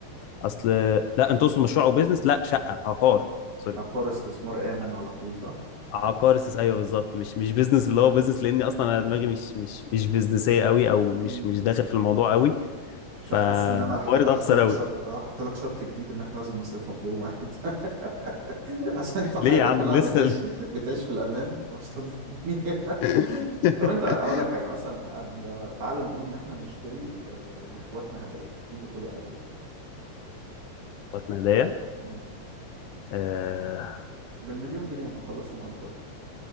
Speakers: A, on the left; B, on the right.
A: اصل
B: مم.
A: لا انت تقصد مشروع او بيزنس لا شقه عقار سوري
B: عقار استثمار آمن على طول صح؟
A: عقار استس ايوه بالظبط مش مش بيزنس اللي هو بيزنس لاني اصلا انا دماغي مش مش مش بيزنسيه قوي او
B: مم.
A: مش مش داخل في الموضوع قوي
B: مش
A: فوارد
B: هتحس ان انا هحتاج احط
A: اخسر
B: لك
A: قوي
B: شرط احط لك شرط جديد ان احنا لازم نصرفهم في يوم واحد <laughs> عشان
A: <laughs>
B: انت حياتك
A: ليه يا عم
B: كلها
A: لسه
B: بتعيش بتعيش في الامان ومش راضي تديني
A: <laughs>
B: <laughs> طب انت هقول لك حاجه مثلا عند- تعال نقول ان احنا نشتري آه، لاخواتنا هدايا نجيب لكل واحد ايه
A: اخواتنا هدايا
B: مم.
A: آه،
B: بالمليون جنيه هنخلصهم على اخواتنا